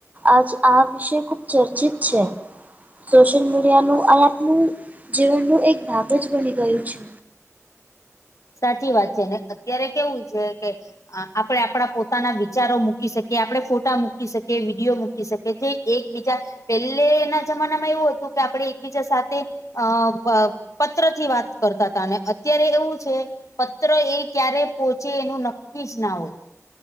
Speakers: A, on the right; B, on the left.
A: આજ આ વિષય ખુબ ચર્ચિત છે. સોશિયલ મીડિયાનું આપનું જીવનનું એક ભાગ જ બની ગયું છે.
B: સાચી વાત છે, ને અત્યારે કેવું છે કે. આપડે આપણા પોતાના વિચારો મૂકી શકીએ, આપણે ફોટા મૂકી શકીએ, વિડીયો મૂકી શકીએ, તે. એકબીજા પેલે એના જમાનામાં એવું હતું કે આપણે એકબીજા સાથે અ બ પત્ર થી વાત કરતા હતા અને અત્યારે એવું છે. પત્ર એ ક્યારે પોહોંચે એનું નક્કી જ ના હોય.